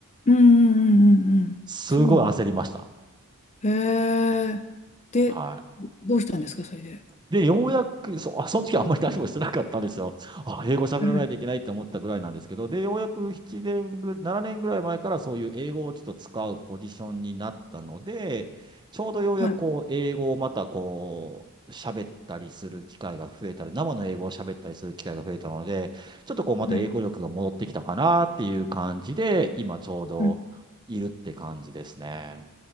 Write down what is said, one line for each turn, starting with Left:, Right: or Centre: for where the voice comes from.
Left: うんうんうんうんうん。
Right: すごい焦りました。
Left: そうなの。へえ。で、
Right: はい。
Left: どうしたんですか、それで。
Right: で、ようやく、そ、あ、その時はあんまり何もしてなかったんですよ。あ、英語喋らないといけないって思ったぐらいなんですけど、
Left: うん。
Right: で、ようやく7年ぐ、7年ぐらい前からそういう英語をちょっと使うポジションになったので、ちょうどようやくこう、
Left: はい。
Right: 英語をまたこう、喋ったりする機会が増えたり、生の英語を喋ったりする機会が増えたので、ちょっとこう、また英語力が戻ってきたかなっていう感じで、
Left: はい。
Right: 今ちょうどいるって感じですね。
Left: うん。